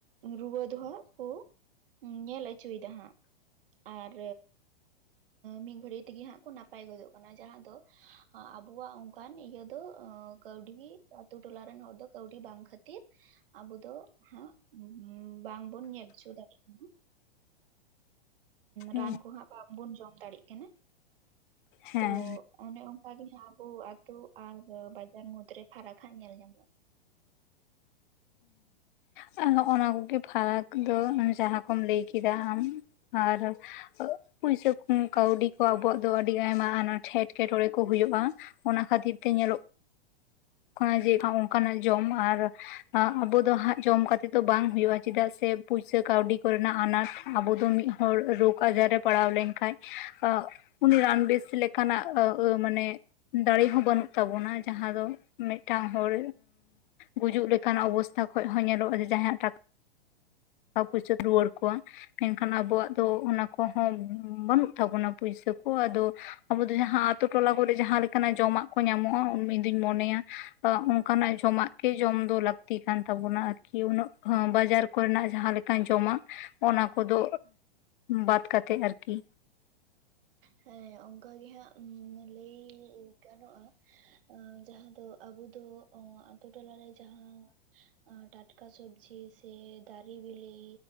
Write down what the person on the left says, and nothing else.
ᱦᱩᱸ
ᱦᱮᱸ
ᱦᱮᱸ ᱱᱚᱜᱚ ᱱᱟ ᱠᱚᱜᱮ ᱯᱷᱟᱨᱟᱠ ᱫᱚ ᱡᱟᱦᱟᱸ ᱠᱚᱢ ᱞᱟᱹᱭ ᱠᱮᱫᱟ ᱟᱢ, ᱟᱨ ᱯᱩᱭᱥᱟᱹ ᱠᱩ ᱠᱟᱹᱣᱰᱤ ᱠᱚ ᱟᱵᱚᱣᱟᱜ ᱫᱚ ᱟᱹᱰᱤ ᱟᱭᱢᱟ ᱟᱱᱟᱴ ᱮᱸᱴᱠᱮᱴᱚᱬᱮ ᱠᱚ ᱦᱩᱭᱩᱜ-ᱟ᱾ ᱚᱱᱟ ᱠᱷᱟᱹᱛᱤᱨ ᱛᱮ ᱧᱮᱞᱚᱜ ᱠᱟᱱᱟ ᱡᱮ ᱚᱱᱠᱟᱱᱟᱜ ᱡᱚᱢ ᱟᱨ ᱟᱵᱚ ᱫᱚ ᱦᱟᱸᱜ ᱡᱚᱢ ᱠᱟᱛᱮᱫ ᱫᱚ ᱵᱟᱝ ᱦᱚᱭᱳᱜ-ᱟ ᱪᱮᱫᱟᱜ ᱥᱮ ᱯᱩᱭᱥᱟᱹ ᱠᱟᱹᱣᱰᱤ ᱠᱚᱨᱮᱱᱟᱜ ᱟᱱᱟᱴ ᱟᱵᱚ ᱫᱚ ᱢᱤᱫ ᱦᱚᱲ ᱨᱳᱜᱽ ᱟᱡᱟᱨ ᱨᱮ ᱯᱟᱲᱟᱣ ᱞᱮᱝᱠᱷᱟᱡ ᱩᱱᱤ ᱨᱟᱱ ᱵᱮᱥ ᱞᱮᱠᱟᱱᱟᱜ ᱟᱹᱣ ᱟᱹᱣ ᱢᱟᱱᱮ ᱫᱟᱲᱮ ᱦᱚᱸ ᱵᱟᱹᱱᱩᱜ ᱛᱟᱵᱚᱱᱟ ᱡᱟᱦᱟᱸ ᱫᱚ ᱢᱮᱜᱴᱟᱝ ᱦᱚᱲ ᱜᱩᱡᱩᱜ ᱞᱟᱹᱠ ᱠᱟᱱ ᱚᱵᱚᱥᱛᱟ ᱠᱷᱚᱡ ᱦᱚᱸ ᱧᱮᱞᱚᱜ-ᱟ ᱡᱮ ᱡᱟᱦᱟᱸᱭᱟᱜ ᱴᱟ ᱠᱟ ᱯᱩᱭᱥᱟᱹ ᱨᱩᱣᱟᱹᱲ ᱠᱚᱣᱟ ᱢᱮᱱᱠᱷᱟᱱ ᱟᱵᱩᱣᱟᱜ ᱫᱚ ᱚᱱᱟ ᱠᱚᱦᱚᱸ ᱵᱟᱹᱱᱩᱜ ᱛᱟᱵᱚᱱᱟ ᱯᱩᱭᱥᱟᱹ ᱠᱚ ᱟᱫᱚ ᱟᱵᱚ ᱫᱚ ᱡᱟᱦᱟᱸ ᱟᱹᱛᱩ ᱴᱚᱞᱟ ᱠᱚᱨᱮ ᱡᱟᱦᱟᱸ ᱞᱮᱠᱟᱱᱟᱜ ᱡᱚᱢᱟᱜ ᱠᱚ ᱧᱟᱢᱚᱜ-ᱟ ᱚᱢ ᱤᱧ ᱫᱩᱧ ᱢᱚᱱᱮᱭᱟ ᱛᱚ ᱚᱱᱠᱟᱱᱟᱜ ᱡᱚᱢᱟᱜ ᱜᱮ ᱡᱚᱢ ᱫᱚ ᱞᱟᱠ ᱛᱤ ᱠᱟᱱ ᱛᱟᱵᱚᱱᱟ ᱟᱨᱠᱤ ᱩᱱᱟᱹᱜ ᱦᱚᱸ ᱵᱟᱡᱟᱨ ᱠᱚ ᱨᱮᱱᱟᱜ ᱡᱟᱦᱟᱸ ᱞᱮᱠᱟᱧ ᱡᱚᱢᱟ ᱚᱱᱟ ᱠᱚᱫᱚ ᱵᱟᱫ ᱠᱟᱛᱮᱜ ᱟᱨᱠᱤ